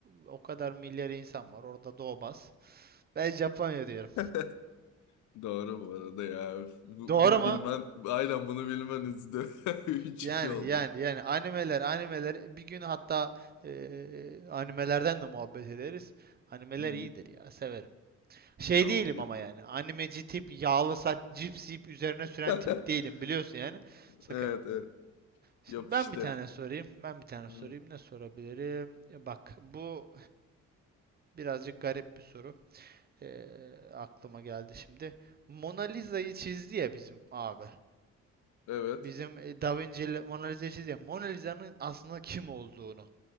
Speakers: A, on the right; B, on the left.
A: o kadar milyar insan var. Orada doğmaz. Ben Japonya diyorum.
B: <laughs> Doğru bu arada ya. Bu-
A: Doğru
B: bunu
A: mu?
B: bilmen, aynen bunu bilmen üzdü. <laughs> Üç
A: Yani
B: iki oldu.
A: yani yani animeler animeler bir gün hatta eee, animelerden de muhabbet ederiz. Animeler
B: Hı,
A: iyidir ya severim. Şey
B: tamam.
A: değilim ama yani animeci tip yağlı saç cips yiyip üzerine süren
B: <laughs>
A: tip değilim biliyorsun yani sakın.
B: Evet, evet.
A: Şimdi
B: Yapıştır.
A: ben bir tane sorayım. Ben bir tane
B: Hı,
A: sorayım. Ne sorabilirim? E, Bak bu birazcık garip bir soru. Ee, aklıma geldi şimdi. Mona Lisa'yı çizdi ya bizim abi.
B: evet.
A: Bizim e, Da Vinci Mona Lisa'yı çizdi ya. Mona Lisa'nın aslında kim olduğunu